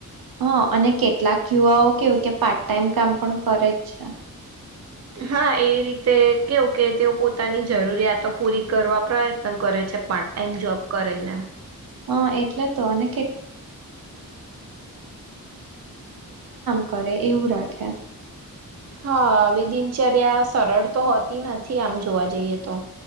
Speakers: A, on the right; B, on the right.
A: હા અને કેટલાક યુવાઓ કેવું કે પાર્ટ ટાઈમ કામ પણ કરે જ છે.
B: હા એ રીતે કેવું કેવુ તેઓ પોતાની જરૂરિયાતો પૂરી કરવા પ્રયત્ન કરે છે પાર્ટ ટાઈમ જોબ કરીને
A: હા એટલે તો અને કરે એવું રાખે
B: હા આવી દિનચર્યા સરળ તો હોતી નથી આમ જોવા જઈએ તો